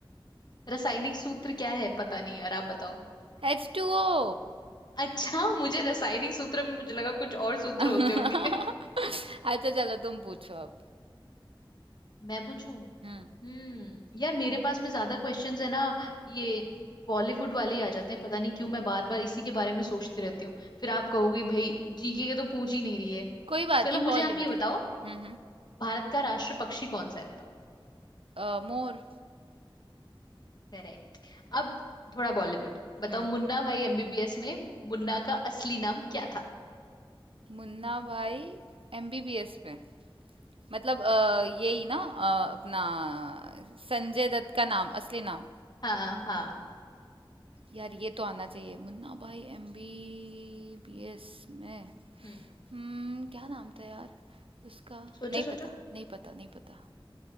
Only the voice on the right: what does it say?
एच टू ओ
<laughs>
अच्छा चलो तुम पूछो अब
हम्म
कोई बात
नहीं
बॉलीवुड
हम्म हम्म
अ, मोर
हम्म
मुन्ना भाई एमबीबीएस में मतलब अ, यही ना अ, अपना संजय दत्त का नाम असली नाम
यार ये तो आना चाहिए मुन्ना भाई एम बी बी एस में
हम्म क्या नाम था यार उसका
नहीं
पता नहीं पता नहीं पता